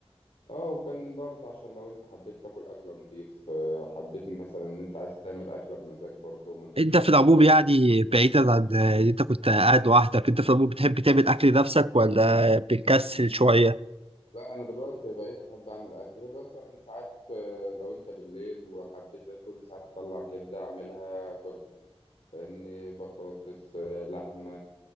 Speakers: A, on the left; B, on the right.
A: اه وكان برضه عشان لو انت حبيت تاكل اكل نضيف آه، حبيت مثلا ان انت عايز تعمل اكله بمزاج برضه ما انتش
B: انت
A: عارف
B: في العموم
A: تلاقيها
B: يعني بعيدا عن ان انت كنت قاعد لوحدك انت في العموم بتحب تعمل اكل لنفسك ولا بتكسل شويه
A: لا انا دلوقتي بقيت احب اعمل اكل مثلا ساعات آه، لو انت بالليل وحبيت اكل ساعات اطلع كبده اعملها اكلها فاهمني بطاطس آه، لحمه